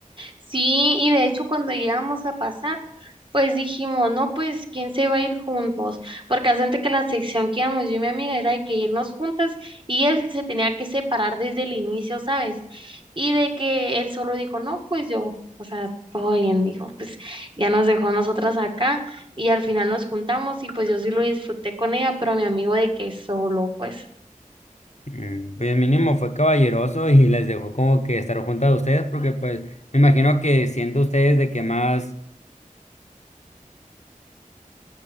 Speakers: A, on the right (about 35°); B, on the left (about 55°).
A: Sí, y de hecho cuando llegamos a pasar, pues dijimos, no, pues, ¿quién se va a ir juntos? Porque hace antes que la sección que íbamos yo y mi amiga era de que irnos juntas y él se tenía que separar desde el inicio, ¿sabes? Y de que él solo dijo, no, pues yo, o sea, todo bien, dijo, pues ya nos dejó a nosotras acá y al final nos juntamos y pues yo sí lo disfruté con ella, pero a mi amigo de que solo, pues.
B: Mm, Pues mínimo fue caballeroso y les dejó como que estar juntas a ustedes porque pues me imagino que siendo ustedes de que más,